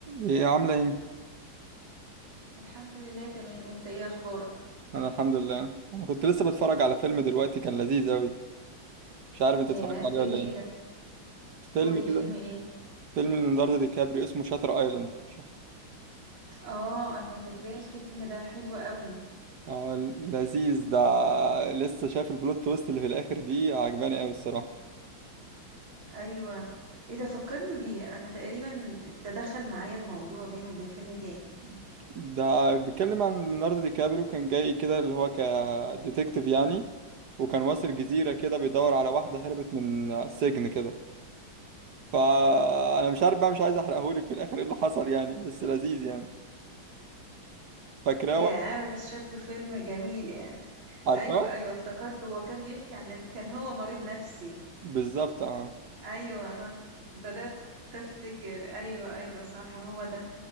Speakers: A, on the right; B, on the right.
A: ايه عاملة ايه؟
B: الحمد لله تمام انت ايه اخبارك
A: انا الحمد لله انا كنت لسه بتفرج على فيلم دلوقتي كان لذيذ اوي مش عارف انت
B: ياه
A: اتفرجت
B: فيلم
A: عليه ولا
B: ايه
A: ايه
B: ده
A: فيلم
B: قولي
A: كده
B: فيلم ايه
A: فيلم ليوناردو دي كابريو اسمه شاتر ايلاند مش-
B: اه انا فاكراه الفيلم ده حلو قوي
A: آه لذيذ ده لسه شايف البلوت تويست اللي في الاخر دي عجباني اوي الصراحة
B: ايوه ايه ده فكرني بيه انا تقريبا تدخل معايا الموضوع بينه وبين فيلم تاني
A: ده بيتكلم عن ليوناردو دي كابريو كان جاي كده اللي هو كديتكتيف يعني وكان واصل جزيرة كده بيدور على واحدة هربت من سجن كده فانا مش عارف بقى مش عايز احرقهولك في الاخر ايه اللي حصل يعني بس لذيذ يعني فاكراه
B: ياه بس شكله فيلم جميل يعني
A: عارفاه
B: ايوه ايوه افتكرته هو كان بيحكي عن ان كان هو مريض نفسي
A: بالظبط اه
B: ايوه انا ف- بدأت افتكر ايوه ايوه صح هو ده